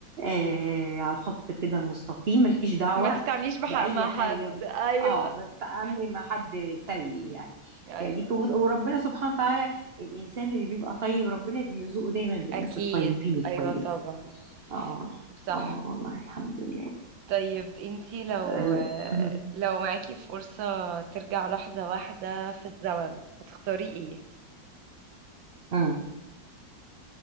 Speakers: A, on the right (about 45°); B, on the right (about 80°).
A: آه، على الخط كده المستقيم مالكيش دعوة
B: ما تتعامليش بحق
A: بأي
B: مع
A: حاجة
B: حد ايوه
A: اه بالتعاملي
B: <laughs>
A: مع حد سيء يعني
B: ايوه
A: خليكي وربنا سبحانه وتعالى الانسان اللي بيبقى طيب ربنا بيرزقه دايما بالناس
B: اكيد
A: الطيبين الكويسه
B: ايوه طبعا
A: اه
B: صح
A: اه والله الحمد لله
B: طيب انتي لو
A: آه. <laughs>
B: لو معاكي فرصة ترجع لحظة واحدة في الزمن هتختاري ايه
A: آه.